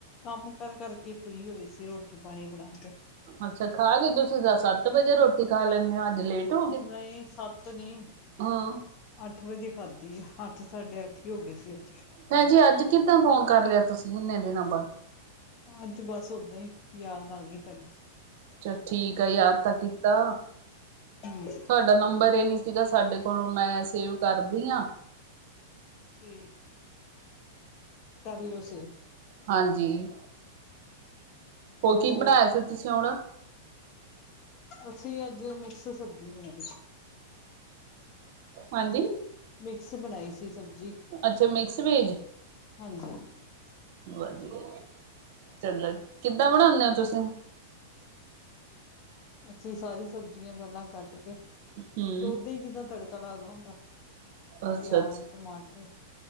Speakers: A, on the left; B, on the right.
A: ਕੰਮ ਕਰ ਕਰਕੇ ਫਰੀ ਹੋਈ ਸੀ ਰੋਟੀ ਪਾਨੀ ਬਣਾ ਕੇ
B: ਅੱਛਾ ਖਾ ਲੀ ਤੁਸੀਂ ਦਾ ਸੱਤ ਵਜੇ ਰੋਟੀ ਖਾ ਲੈਂਣੇ ਓ ਅੱਜ ਲੇਟ ਹੋ ਗੇ
A: ਨਹੀਂ ਸੱਤ ਨੀ
B: ਹਾਂ।
A: ਅੱਠ ਵਜੇ ਖਾਧੀ ਐ ਅੱਠ-ਸਾਢੇ ਅੱਠ ਈ ਹੋ ਗਏ ਸੀ ਅੱਜ।
B: ਪੈ ਜੀ ਅੱਜ ਕਿੱਦਾਂ ਫੋਨ ਕਰ ਲਿਆ ਤੁਸੀਂ ਏਨੇ ਦਿਨਾਂ ਬਾਦ
A: ਅੱਜ ਬਸ ਓਦਾਂ ਈ ਯਾਦ ਆਗੀ ਤਾਡੀ।
B: ਛਾ ਠੀਕ ਆ ਯਾਦ ਤਾਂ ਕੀਤਾ।
A: ਹਮ
B: ਤਾਡਾ ਨੰਬਰ ਇ ਨੀ ਸੀਗਾ ਸਾਡੇ ਕੋਲੋਂ ਮੈਂ ਸੇਵ ਕਰਦੀ ਆ।
A: ਠੀਕ, ਕਰ ਲਿਓ ਸੇਵ।
B: ਹਾਂਜੀ, ਹੋ ਕੀ
A: ਹੋਰ
B: ਬਣਾਇਆ ਸੀ ਤੁਸੀਂ ਹੁਣ
A: ਅਸੀਂ ਅੱਜ ਮਿਕਸ ਸਬਜ਼ੀ ਬਣਾਈ।
B: ਹਾਂਜੀ!
A: ਮਿਕਸ ਬਣਾਈ ਸੀ ਸਬਜ਼ੀ
B: ਅੱਛਾ ਮਿਕਸ ਵੈਜ
A: ਹਾਂਜੀ
B: ਵਧੀਆ, ਚਲੋ ਕਿੱਦਾਂ ਬਣਾ ਨੇ ਓ ਤੁਸੀਂ?
A: ਅਸੀਂ ਸਾਰੀ ਸਬਜ਼ੀਆਂ ਪੈਲਾਂ ਕੱਟ ਕੇ, ਫੇਰ
B: ਹਮ
A: ਓਦਾਂ ਈ ਜਿੱਦਾਂ ਤੜ ਤਾ ਲੱਗਦਾ ਹੁੰਦਾ,
B: ਅੱਛਾ
A: ਪਿਆਜ਼,
B: ਅੱਛਾ
A: ਟਮਾਟਰ